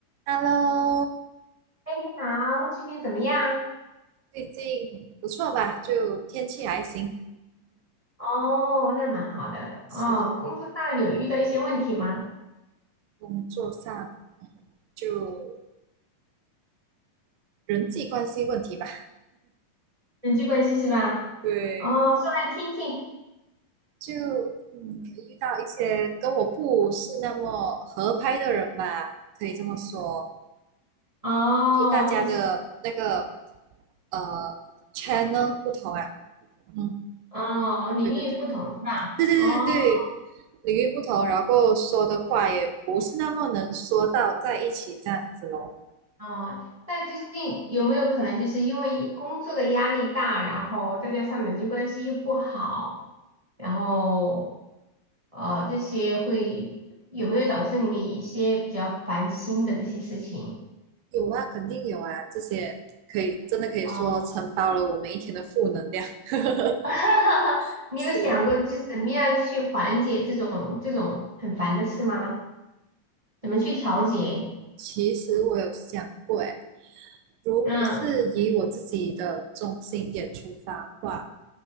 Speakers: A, on the right (about 75°); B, on the right (about 15°).
A: Hello，
B: 哎，你好，最近怎么样？
A: 最近不错吧？就天气还行，
B: 哦，那蛮好的。哦，
A: 是
B: 工作上有遇到一些问题吗？
A: 工作上就人际关系问题吧。
B: 人际关系是吧？
A: 对，
B: 哦，说来听听。
A: 就嗯遇到一些跟我不是那么合拍的人吧，可以这么说。
B: 哦，
A: 就大家的那个
B: 就是
A: 呃 channel 不同啊，嗯，
B: 哦，领域不同是吧？
A: 对对对对对对对，
B: 哦
A: 领域不同，然后说的话也不是那么能说到在一起这样子咯。
B: 哦，那最近有没有可能就是因为工作的压力大，然后再加上人际关系又不好，然后呃这些会有没有导致你一些比较烦心的这些事情？
A: 有啊，肯定有啊，这些可以真的可以说承包了我们一天的负能量。
B: 哦
A: <laughs>
B: <laughs> 你有想过就是怎么样去缓解这种这种很烦的事吗？
A: 是，
B: 怎么去调节？
A: 其实我有想过，诶，如果是以我自己的中心点出发的话，
B: 嗯，